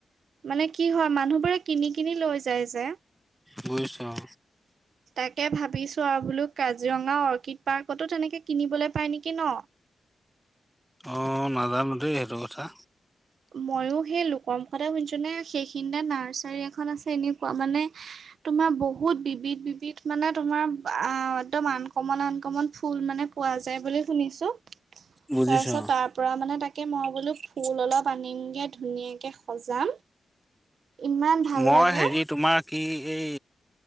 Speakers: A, on the right (about 70°); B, in the centre.
A: মানে কি হয় মানুহবোৰে কিনি কিনি লৈ যায় যে।
B: বুজিছো অ'।
A: তাকে ভাবিছোঁ আৰু বোলো কাজিৰঙা অৰ্কিড পাৰৰ্কতো তেনেকৈ কিনিবলৈ পায় নেকি ন?
B: অ' নাজানো দেই সেইটো কথা।
A: মইয়ো সেই লোক মুুখতে শুনিছো নে সেইখনা নাৰ্চাৰী এখন আছে এনেকুৱা মানে তোমাৰ বহুত বিবিধ বিবিধ মানে তোমাৰ আ একদম আন কমন আন কমন ফুল মানে পোৱা যায় বুলি শুনিছো,
B: বুজিছো
A: তাৰপিছত
B: অ
A: তাৰ পৰা মানে তাকে মই বোলো ফুল অলপ আনিম গে ধুনীয়াকে সজাম। ইমান ভাল
B: মই
A: লাগে
B: হেৰি তোমাৰ কি এই